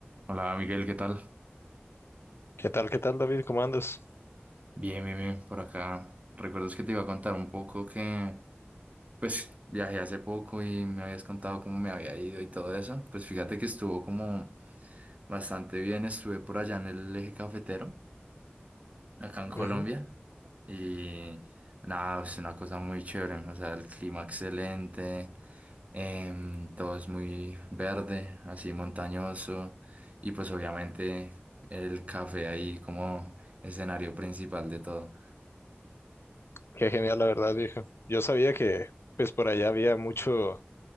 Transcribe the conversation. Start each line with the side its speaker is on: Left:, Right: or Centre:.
Right: Hola Miguel, ¿qué tal?
Left: ¿Qué tal, qué tal, David? ¿Cómo andas?
Right: Bien, bien, bien, por acá. ¿Recuerdas que te iba a contar un poco que, pues, viajé hace poco y me habías contado cómo me había ido y todo eso? Pues fíjate que estuvo como bastante bien, estuve por allá en el eje cafetero, acá en Colombia,
Left: Ujú.
Right: y nada, es una cosa muy chévere, o sea, el clima excelente, em, todo es muy verde, así montañoso, y pues obviamente el café ahí como escenario principal de todo.
Left: Qué genial, la verdad, viejo. Yo sabía que, pues, por allá había mucho,